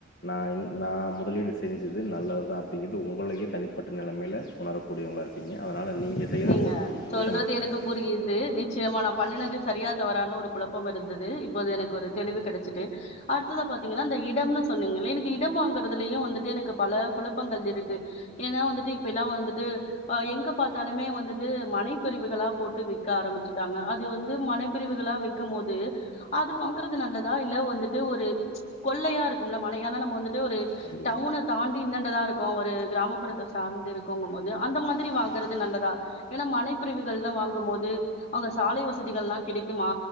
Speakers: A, on the left (about 50°); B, on the left (about 35°).
A: நா இங் நா முதலீடு செஞ்சது நல்லது தா அப்டிங்றது உங்களயே தனிப்பட்ட நெலமைல உணர கூடியவங்களா இருப்பீங்க அதனால நீங்க செய்த
B: நீங்க
A: முதலீடு என்பது
B: சொல்றது
A: ரொம்ப நல்லதுதா
B: எனக்கு பு புரியிது நிச்சயமாக நா பண்ணுனது சரியா தவறானு ஒரு குழப்பம் இருந்தது இப்போது எனக்கு ஒரு தெளிவு கெடச்சிட்டு அடுத்ததா பாத்தீங்னா இந்த இடம்னு சொன்னீங்கல எனக்கு இடம் வாங்குறதுலயு வந்துட்டு எனக்கு பல குழப்பங்கள் இருக்கு ஏனா வந்துட்டு இப்ப எல்லா வந்துட்டு அ எங்க பாத் தாலுமே வந்துட்டு மனைப்பிரிவுகளா போட்டு விக்க ஆரம்பிச்சுட்டாங்க அது வந்து மனைப்பிரிவுகளா விக்கம்போது அது வாங்கறது நல்லதா இல்ல வந்துட்டு ஒரு கொள்ளையா இருக்கும்ல மனை ஏனா நம்ம வந்துட்டு ஒரு
A: நன்றி
B: டவுன தாண்டி இந்தான்டதா இருக்கோ ஒரு கிராமப்புறத்த சார்ந்து இருக்கோங்கம்போது அந்த மாதிரி
A: வணக்கம்
B: வாங் ங்கறது நல்லதா ஏனா மனைப்பிரிவுகள்லா வாங்கம்போது அங்க சாலை வசதிகள்லா கிடைக்குமா